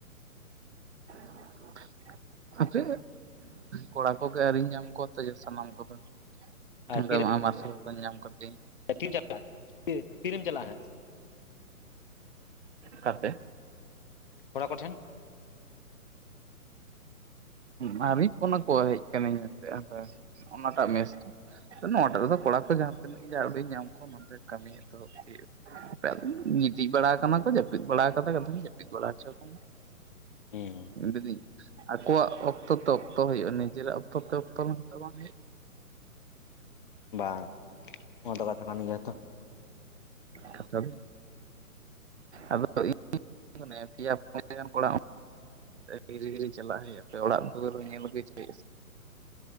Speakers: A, on the right; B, on the left.
A: <inaudible> ᱦᱟᱯᱮ ᱠᱚᱲᱟ ᱠᱚᱜᱮ ᱟᱹᱣᱨᱤᱧ ᱧᱟᱢ ᱠᱚᱣᱟ ᱛᱮ ᱥᱟᱱᱟᱢ ᱠᱚᱫᱚ
B: ᱟᱨ
A: ᱚᱸᱰᱮ
B: ᱛᱤᱨᱮ
A: ᱢᱟ ᱢᱟᱨᱥᱟᱞ ᱠᱚ ᱧᱟᱢ ᱠᱟᱫᱤᱧ
B: ᱛᱤᱱ ᱛᱤᱨᱮᱢ ᱪᱟᱞᱟᱜᱼᱟ ᱦᱟᱸᱜ
A: ᱠᱟᱛᱮ
B: ᱠᱚᱲᱟ ᱠᱚᱴᱷᱮᱱ <inaudible>
A: ᱢᱟᱨᱤ ᱠᱱᱚ ᱠᱚ ᱦᱮᱡ ᱟᱠᱟᱱᱟᱹᱧ ᱮᱱᱛᱮ ᱚᱱᱟᱴᱟᱜ ᱢᱮᱥ ᱨᱮ᱾ ᱱᱚᱣᱟ ᱴᱟᱜ ᱨᱮᱫᱚ ᱠᱚᱲᱟ ᱠᱚ ᱡᱟᱦᱟᱸ ᱛᱤᱱᱟᱹᱜ ᱜᱮ ᱟᱹᱣᱰᱤᱧ ᱧᱟᱢ ᱠᱚᱣᱟ ᱚᱱᱟᱛᱮ ᱠᱟᱹᱢᱤᱭᱮᱫ ᱫᱚᱦᱚᱵ ᱟᱮᱭᱟᱜ ᱜᱤᱛᱤᱡ ᱵᱟᱲᱟ ᱟᱠᱟᱱᱟ ᱠᱚ ᱡᱟᱹᱯᱤᱫ ᱵᱟᱲᱟ ᱠᱟᱫᱟᱛᱷᱟᱧ ᱡᱟᱹᱯᱤᱫ ᱵᱟᱲᱟ ᱦᱚᱪᱚ ᱟᱡᱚᱢ
B: ᱦᱩᱸ
A: ᱫᱤ ᱫᱤ᱾ ᱟᱠᱚᱣᱟᱜ ᱚᱠᱛᱚ ᱛᱮᱚ ᱚᱠᱛᱚ ᱦᱩᱭᱩᱜᱼᱟ ᱱᱤᱡᱮᱨᱟᱜ ᱚᱠᱛᱚ ᱛᱮ ᱚᱠᱛᱚ ᱵᱟᱝ ᱦᱩᱭᱩᱜᱼᱟ
B: ᱵᱟᱝ ᱚᱱᱟ ᱫᱚ ᱠᱟᱛᱷᱟ ᱠᱟᱱ ᱜᱮᱭᱟ ᱛᱚ
A: ᱠᱟᱷᱟ ᱟᱫᱚ ᱤᱧ ᱱᱮ ᱯᱤᱭᱟ ᱯᱚᱱᱭᱟ ᱠᱚᱲᱟ ᱦᱤᱨᱤ ᱦᱤᱨᱤ ᱪᱟᱞᱟᱜ ᱦᱩᱭᱩᱜ ᱟᱯᱮ ᱚᱲᱟᱜ ᱫᱩᱣᱟᱹᱨ ᱧᱮᱞ ᱟᱜᱩᱭ ᱯᱮ